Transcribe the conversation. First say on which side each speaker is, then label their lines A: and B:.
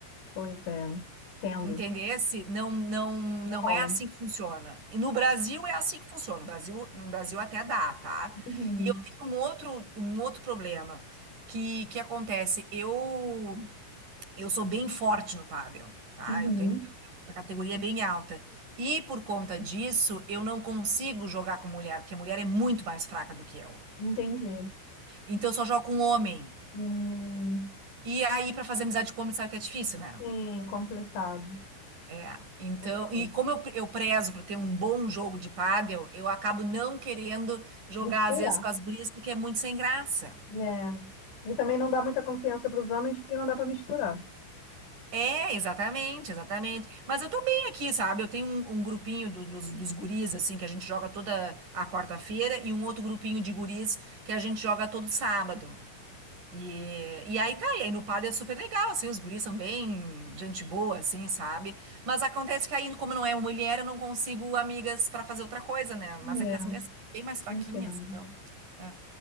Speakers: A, on the left; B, on the right.
A: Pois é. Entendo.
B: Entendesse? Não, não, não
A: Não rola.
B: é assim que funciona. E no Brasil é assim que funciona. No Brasil, no Brasil até dá, tá?
A: Uhum.
B: E eu tenho um outro, um outro problema que, que acontece. Eu, eu sou bem forte no pádel, tá?
A: Uhum.
B: Eu tenho a categoria é bem alta. E por conta disso, eu não consigo jogar com mulher, porque a mulher é muito mais fraca do que eu.
A: Entendi.
B: Então eu só jogo com homem.
A: Hum.
B: E aí, pra fazer amizade com homem, sabe que é difícil, né?
A: Sim, complicado.
B: É, então,
A: Pois é.
B: e como eu, eu prezo por ter um bom jogo de pádel, eu acabo não querendo jogar
A: Misturar.
B: às vezes com as gurias porque é muito sem graça.
A: É. E também não dá muita confiança para os homens porque não dá para misturar.
B: É, exatamente, exatamente. Mas eu tô bem aqui, sabe? Eu tenho um, um grupinho do- dos, dos guris, assim, que a gente joga toda a quarta-feira, e um outro grupinho de guris que a gente joga todo sábado. E, e aí tá, e aí no padre é super legal, assim, os guris são bem gente boa, assim, sabe? Mas acontece que aí, como não é uma mulher, eu não consigo amigas pra fazer outra coisa, né? Mas
A: É,
B: é que as mulheres são bem mais fraquinhas,
A: entendo.
B: então. é.